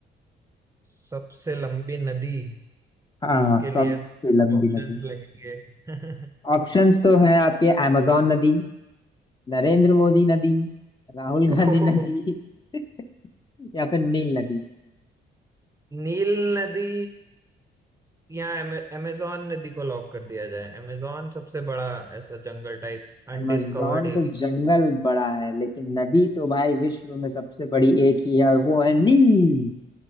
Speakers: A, on the right; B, on the left.
A: सबसे लंबी नदी
B: हाँ
A: इसके
B: सबसे
A: लिए
B: लंबी
A: ऑप्शंस
B: नदी
A: लगेंगे <laughs>
B: ऑप्शंस तो है आपके amazon नदी नरेंद्र मोदी नदी राहुल
A: ओह,
B: गांधी नदी <laughs> या फिर नील नदी
A: नील नदी या अमेजोन नदी को लॉक कर दिया जाए अमेजोन सबसे बड़ा ऐसा जंगल टाइप
B: अमेजोन
A: अनडिस्कवर्ड
B: तो जंगल बड़ा है लेकिन नदी तो भाई विश्व में सबसे बड़ी एक ही है और वो है नील